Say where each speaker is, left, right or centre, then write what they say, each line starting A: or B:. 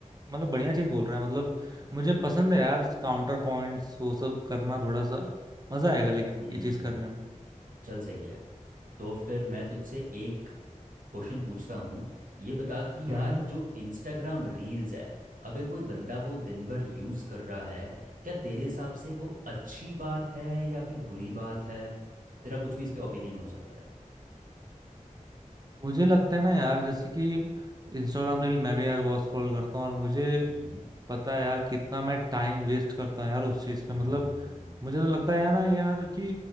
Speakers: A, on the right; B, on the right.
A: मतलब बढ़िया चीज बोल रहा है मतलब मुझे पसंद है यार काउंटर पॉइंट्स वो सब करना थोड़ा सा मजा आएगा लेकिन
B: हम्म,
A: ये चीज करने में
B: चल सही है तो फिर मैं तुझसे एक क्वेश्चन पूछता हूँ ये बता कि
A: हम्म
B: यार जो इंस्टाग्राम रील्स है अगर कोई बंदा वो दिन भर यूज़ कर रहा है क्या तेरे हिसाब से वो अच्छी बात है या फिर बुरी बात है तेरा कुछ भी इस पे ओपिनियन हो सकता
A: मुझे लगता है ना यार जैसे कि इंस्टाग्राम रील मैं भी यार बहुत स्क्रॉल करता हूँ और मुझे
B: है
A: पता है यार कितना मैं टाइम वेस्ट करता हूँ यार उस चीज
B: हम्म
A: पे मतलब मुझे तो लगता है यार ना यार कि